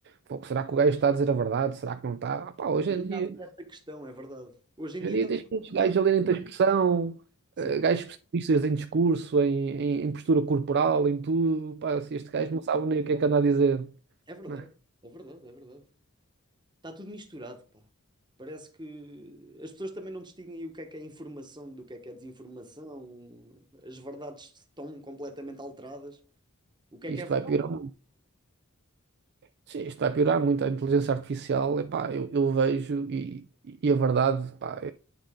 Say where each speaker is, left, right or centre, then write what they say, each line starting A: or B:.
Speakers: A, on the right; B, on the right.
A: "Pô, será que o gajo está a dizer a verdade? Será que não está? Ah, pá, hoje em
B: Ainda
A: dia,
B: há essa questão, é verdade. Hoje em
A: hoje
B: dia
A: em dia
B: está tudo
A: tens muitos
B: misturado.
A: gajos a lerem-te a expressão,
B: Sim.
A: eh, gajos especialistas em discurso, em, em, em postura corporal, em tudo. Pá, se este gajo não sabe nem o que é que anda a dizer,
B: É verdade,
A: né?
B: é verdade, é verdade. Está tudo misturado, pá. Parece que as pessoas também não distinguem o que é que é informação do que é que é desinformação. As verdades estão completamente alteradas. O que é
A: Isto
B: que é verdade?
A: vai piorar. Sim, isto vai piorar muito. A inteligência artificial, epá, eu, eu vejo e, e a verdade, epá,